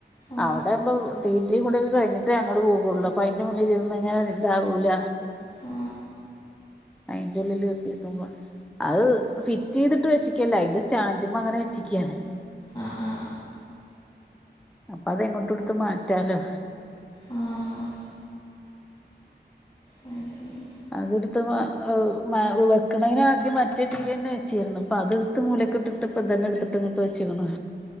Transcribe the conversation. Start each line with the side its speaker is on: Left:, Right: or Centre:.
Left: ആ
Centre: അവ്ടേവ്മ്പം തീറ്റിം കുടിം ഒക്കെ കഴിഞ്ഞ്ട്ടെ അങ്ങോട് പോവോള്ളു അ ഇപ്പയിന്റെ മുന്നില് ഇര്ന്ന്ങ്ങനെ ഇതാകൂല്ല
Left: ആ
Centre: അയിന്റെ ഉള്ളില് <unintelligible> അഹ് ഫിറ്റ്യ്തിട്ട് വെച്ച് ക്ക്യല്ല അയ്ന്റെ സ്റ്റാൻഡ്മ്മങ്ങനെ വെച്ചിക്ക്യാണ്
Left: ആ ആ
Centre: അപ്പതെങ്ങോട്ടു ഇട്ത്ത് മാറ്റാലോ
Left: ആ അത് ശരി
Centre: അത്ടുത്ത് മാ ഔ മാ ഉ വെക്കണേന് ആദ്യം മറ്റേ ടീവിയന്നെ വെച്ചീര്ന്നു പ്പ അതടുത്ത് മൂലക്ക് ട്ട് ട്ട്പ്പ തന്നെ ടുത്തിട്ട് ഇങ്ങ് ച്ച്ക്ണ്